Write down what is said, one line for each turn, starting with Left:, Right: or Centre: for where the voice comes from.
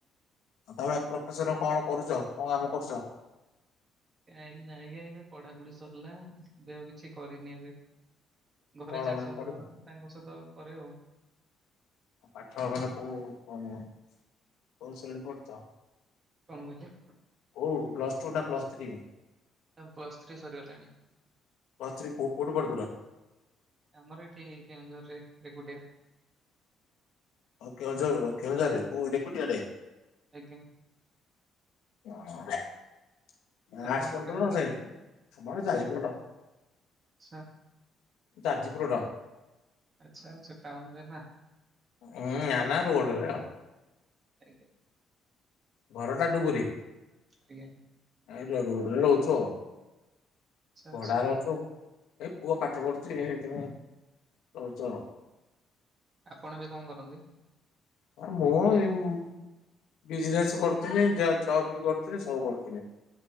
Left: ତମେ ପ୍ରଫେସନ କଣ କରୁଚ, କଣ କାମ କରୁଚ?
Right: ନାଇଁ ଆଜ୍ଞା ଏବେ ପଢାପଢି ସରିଲା, ଏବେ ଆଉ କିଛି କରିନି ଏବେ। ଘରେ
Left: କଣ
Right: ଚାଷ
Left: ମାନେ
Right: ବାସ
Left: ପଢୁଛ
Right: କରନ୍ତି, ତାଙ୍କ ସହିତ କରେ ଆଉ।
Left: ପାଠ ମାନେ କୋଉ କଣ କୋଉ ଶ୍ରେଣୀ ପଢ଼ୁଚ?
Right: କଣ କହିଲ?
Left: ଓ ପ୍ଲସ ଟୁ ନା ପ୍ଲସ ଥ୍ରୀ?
Right: ହଁ ପ୍ଲସ୍ ଥ୍ରୀ ସରିଗଲାଣି।
Left: ପ୍ଲସ ଥ୍ରୀ କୋଉ କୋଉଠି ପଢୁଥିଲ?
Right: ଆମର ଏଠି କେଉଁଝରରେ ରେକୁଟିଆ।
Left: ଓ କେଉଁଝରର କେଉଁଝରରେ କୋଉ ରେକୁଟିଆରେ?
Right: ଆଜ୍ଞା।
Left: ହଁ। ଆର୍ଟ୍ସ
Right: ଆପଣଙ୍କ
Left: ପଡୁଥିଲ
Right: ଘରଟା କୋଉଠି
Left: ନା
Right: କହିଲେ?
Left: ସାଇନ୍ସ? ଆମର ଯାଜପୁର ଟାଉନ୍।
Right: ଆଚ୍ଛା
Left: ଯାଜପୁର ଟା।
Right: ଆଚ୍ଛା ଆଚ୍ଛା ଟାଉନ୍ ରେ ନା?
Left: ଉଁ - ନାଁ - ନାଁ ରୋଡରେ ଆଉ।
Right: ଆଜ୍ଞା।
Left: ଘରଟା ଡୁବୁରି?
Right: ଆଜ୍ଞା।
Left: ଏଇ ତ ରୋଡରେ ରହୁଛୁ ଆଉ,
Right: ଆଚ୍ଛା ଆଚ୍ଛା
Left: ଭଡାରେ ଅଛୁ। ଏ ପୁଅ ପାଠ ପଢୁଛି ସେଇଥିପାଇଁ ରହୁଛୁ ଆଉ।
Right: ଆପଣ ଏବେ କଣ କରନ୍ତି?
Left: ଆ ମୋ ଏମ ବିଜନେସ କରୁଥିଲି, ଯ ଜବ୍ ବି କରୁଥିଲି ସବୁ କରୁଥିଲି।